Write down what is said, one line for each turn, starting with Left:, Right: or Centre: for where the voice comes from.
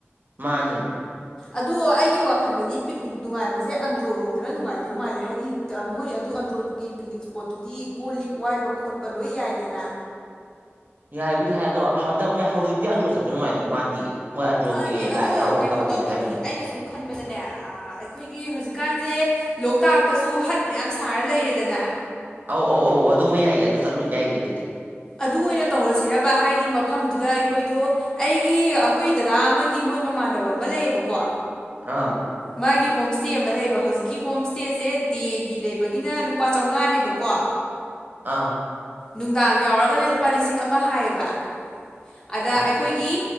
Right: ꯃꯥꯅꯤ
Left: ꯑꯗꯣ ꯑꯩꯒꯤ ꯋꯥꯈꯟꯗꯗꯤ ꯄꯤꯛꯅꯤꯛ ꯅꯨꯡꯉꯥꯏꯕꯁꯦ ꯑꯟꯗ꯭ꯔꯣ ꯔꯣꯝꯗꯅ ꯅꯨꯡꯉꯥꯏꯗꯧ ꯃꯥꯜꯂꯦ ꯍꯥꯏꯕꯗꯤ ꯃꯣꯏ ꯑꯗꯨ ꯑꯟꯗ꯭ꯔꯣꯒꯤ ꯄꯤꯛꯅꯤꯛ ꯏꯁ꯭ꯄꯣꯠꯇꯨꯗꯤ ꯀꯣꯜ ꯂꯤꯛ ꯋꯥꯏꯕ ꯈꯣꯠꯄ ꯂꯣꯏ ꯌꯥꯏꯗꯅ
Right: ꯌꯥꯏꯕꯨꯗꯤ ꯍꯥꯏ ꯑꯗꯣ ꯍꯟꯗꯛ ꯍꯧꯖꯤꯛꯇꯤ ꯑꯟꯗ꯭ꯔꯣ ꯆꯠꯄ ꯅꯨꯡꯉꯥꯏꯇꯧ ꯃꯥꯟꯗꯤꯌꯦ ꯃꯣꯏ ꯑꯟꯗ꯭ꯔꯣꯒꯤ
Left: ꯃꯥꯅꯦ ꯑꯗꯣ
Right: ꯂꯥꯏ ꯍꯔꯥꯎꯕ
Left: ꯀꯩꯅꯣ
Right: ꯇꯧꯔꯤꯅ
Left: ꯇꯧꯕꯗꯤ
Right: ꯍꯥꯏꯕꯅꯦ
Left: ꯑꯩꯅ ꯁꯨꯝ ꯈꯟꯕꯗꯅꯦ ꯑꯩꯈꯣꯏꯒꯤ ꯍꯧꯖꯤꯛꯀꯥꯟꯁꯦ ꯂꯣꯛꯇꯥꯛꯇꯁꯨ ꯍꯠ ꯃꯌꯥꯝ ꯁꯥꯔ ꯂꯩꯔꯦꯗꯅꯦ
Right: ꯑꯧ ꯑꯧ ꯑꯧ ꯑꯗꯨꯃ ꯌꯥꯏꯌꯦ ꯑꯗꯨ ꯆꯠꯂꯨ ꯌꯥꯏꯌꯦ ꯑꯗꯨꯗꯤ
Left: ꯑꯗꯨ ꯑꯣꯏꯅ ꯇꯧꯔꯁꯤꯔꯕ ꯍꯥꯏꯗꯤ ꯃꯐꯝꯗꯨꯗ ꯑꯩꯈꯣꯏꯗꯣ ꯑꯩꯒꯤ ꯑꯩꯈꯣꯏ ꯗꯗꯥ ꯑꯃꯒꯤ ꯃꯣꯏ ꯃꯃꯥꯟꯅꯕ ꯑꯃ ꯂꯩꯌꯦꯕꯀꯣ
Right: ꯑꯥ
Left: ꯃꯥꯒꯤ ꯍꯣꯝꯁ꯭ꯇꯦ ꯑꯃ ꯂꯩꯕ ꯍꯧꯖꯤꯛꯀꯤ ꯍꯣꯝ ꯁ꯭ꯇꯦꯁꯦ ꯗꯦꯒꯤ ꯂꯩꯕꯒꯤꯅ ꯂꯨꯄꯥ ꯆꯥꯝꯉꯥꯅꯦꯕꯀꯣ
Right: ꯑꯥ
Left: ꯅꯨꯡꯗꯥꯡ ꯌꯥꯎꯔꯒꯅ ꯂꯨꯄꯥ ꯂꯤꯁꯤꯡ ꯑꯃ ꯍꯥꯏꯌꯦꯕ ꯑꯗ
Right: ꯃꯥ
Left: ꯑꯩꯈꯣꯏꯒꯤ